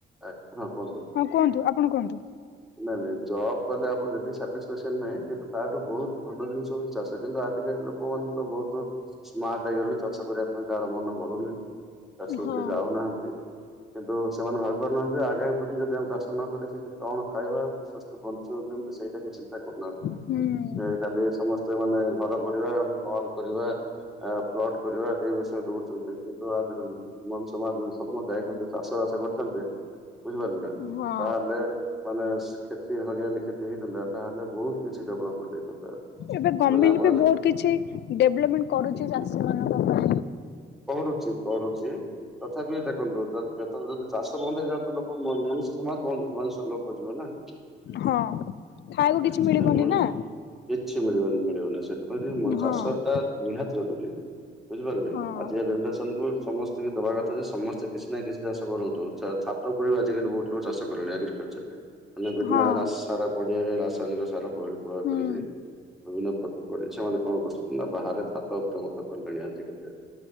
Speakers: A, in the centre; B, on the left (about 60°).
A: ଆ ହଁ କୁହନ୍ତୁ
B: ହଁ କୁହନ୍ତୁ ଆପଣ କୁହନ୍ତୁ।
A: ନାଇ ନାଇଁ ଜବ୍ କଲେ ଆପଣ ଯେତେକି ସ୍ଫାକ୍ସନ ନାହିଁ କିନ୍ତୁ ତାହାଠୁ ବହୁତ ଭଲ ଜିନିଷ ହଉଛି ଚାଷ କିନ୍ତୁ ଆଜିକାଲି ଲୋକ ଲୋକ ମାନ ତ ବହୁତ ସ୍ମାର୍ଟ ହେଇଗଲେଣି ଚାଷ କରିବା ପାଇଁ କାହାର ମନ ବଳୁନି। ଚାଷକୁ
B: ହଁ।
A: କିଏ ଯାଉନାହାନ୍ତି। କିନ୍ତୁ ସେମାନେ ଭାବି ପାରୁନାହାନ୍ତି ଆଗାମୀ ପିଢି ଯଦି ଆମେ ଚାଷ ନ କଲେ ସେ କଣ ଖାଇବା ସୁସ୍ଥ ବଞ୍ଚ କିନ୍ତୁ ସେଇଟା କିଏ ଚିନ୍ତା କରୁନାହାନ୍ତି।
B: ହୁଁ।
A: ସେ ଖାଲି ସମସ୍ତେ ମାନେ ଘର କରିବା ମଲ କରିବା ପ୍ଲଟ କରିବା ଏ ବିଷୟରେ ଦଉଛନ୍ତି କିନ୍ତୁ ଆଜି ମଞ୍ଚ <unintelligible> ସମାୟ ଚାଷ ବାସ କରିଛନ୍ତି ବୁଝିପାରେ ନା
B: ହଁ।
A: ତାହେଲେ ମାନେ କ୍ଷତି ହରିଆଲି କ୍ଷତି ହେଇଥାନ୍ତା ତାହେଲେ ବହୁତ କିଛି ଡେ଼ଭଲପମେଣ୍ଟ ହେଇଥାନ୍ତା।
B: ଏବେ
A: ବୁଝିପାରିଲେ
B: ଗଭର୍ଣମେଣ୍ଟ
A: ଆପଣ
B: ବି
A: ଯ-
B: ବହୁତ କିଛି ଡେଭଲପମେଣ୍ଟ କରୁଛି, ଚାଷୀ ମାନଙ୍କ ପାଇଁ।
A: କରୁଚି, କରୁଚି। ତଥାପି ଦେଖନ୍ତୁ ଯଦି ଚାଷ ବନ୍ଦ ହେଇଥାନ୍ତା ଲ ମଣିଷ ସମାଜ ବନ୍ଦ ମନୁଷ୍ଯ ଲୋପହୋଇ ଯିବ ନା‌।
B: ହଁ ଖାଇବାକୁ କିଛି
A: ସେଥିପାଇଁ
B: ମିଳିବନି
A: ମଣିଷ
B: ନା।
A: କିଛି ମିଳିବନି ମିଳିବନି ସେଥିପାଇଁ
B: ହଁ
A: ଚାଷ ଟା ନିହାତି ଜରୁରୀ ବୁଝିପାରିଲେ।
B: ହଁ
A: ଆଜି ଏ ଜେନେରେସନ କୁ ସମସ୍ତେ ଦେବା କଥା ଯେ ସମସ୍ତେ କିଛି ନା କିଛି ଚାଷ କରନ୍ତୁ ଛାତ ଉପରେ ବି ଆଜିକାଲି ବହୁତ ଲୋକ ଚାଷ କଲେଣି, ଆଗ୍ରିକଲଚର ମାନେ ବିଭିନ୍ନ
B: ହଁ
A: ସାର ପଡି଼ଆରେ ରାସାୟନିକ ସାର ପ୍ରୟୋଗ
B: ହୁଁ
A: କରିକିରି। ବିଭିନ୍ନ ପ୍ରକାର ପଡି଼ ସେମାନେ କଣ କରୁଛନ୍ତି ନା ବାହାରେ ଛାତ ଉପରେ ମତେ କଲେଣି ଆଜିିକାଲି।